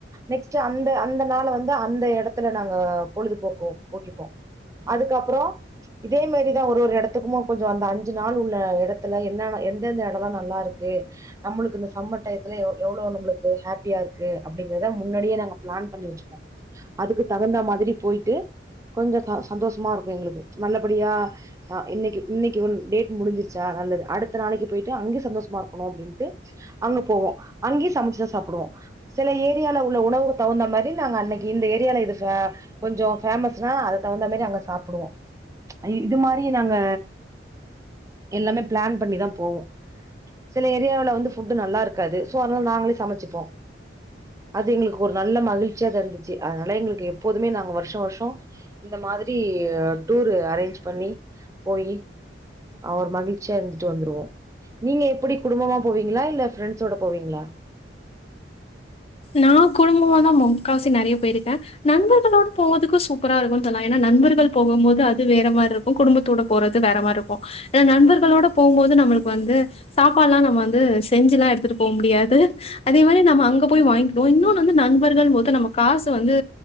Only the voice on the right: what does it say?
நெக்ஸ்ட்டு அந்த அந்த நாள வந்து அந்த எடத்துல நாங்க பொழுதுபோக்குவோ போக்கிப்போ அதுக்கப்பறோ இதே மாரிதா ஒரு ஒரு எடத்துக்குமா கொஞ்சோ அந்த அஞ்சு நாள் உள்ள எடத்துல என்னா என்ன எந்தந்த எடொல்லா நல்லா இருக்கு நம்மளுக்கு இந்த சம்மர் டயத்துல எ எவ்வோ நம்மளு க்கு ஹாப்பியா இருக்கு அப்டிங்கிறத முன்னாடியே நாங்க பிளான் பண்ணி வெச்சுக்குவோ அதுக்கு தகுந்த மாதிரி போயிட்டு கொஞ்சோ சந்தோஷமா இருக்கு எங்களுக்கு நல்லபடியா ஆ இன்னைக்கு இன்னைக்கு ஒன் டேட் முடிஞ்ச்சா நல்லது அடுத்த நாளைக்கு போயிட்டு அங்க சந்தோஷமா இருக்கணு அப்டின்ட்டு அங்க போவோ அங்கயு சமச்சுதா சாப்டுவோ சில ஏரியால உள்ள உணவுக்கு தகுந்த மாரி நாங்க அன்னக்கி இந்த ஏரியால இது ஃபா கொஞ்சோ ஃபேமஸ்னா அதுக்கு தகுந்தா மாரி அங்க சாப்டுவோ அ இது மாரியே நாங்க எல்லாமே ப்ளான் பண்ணிதா போவோ சில ஏரியாவ்ல வந்து ஃபுட்டு் நல்லா இருக்காது சோ அதனால நாங்களே சமச்சுப்போ அது எங்களுக்கு ஒரு நல்ல மகிழ்ச்சியாதா இந்துச்சு அதனால எங்களுக்கு எப்போதுமே நாங்க வருஷா வருஷோ இந்த மாதிரி டூரு அரேஞ்ச் பண்ணி போயி அவர் மகிழ்ச்சியா இருந்துட்டு வந்துருவோ நீங்க எப்டி குடும்பமா போவீங்ளா இல்ல ஃபிரெண்ட்ஸோட போவீங்ளா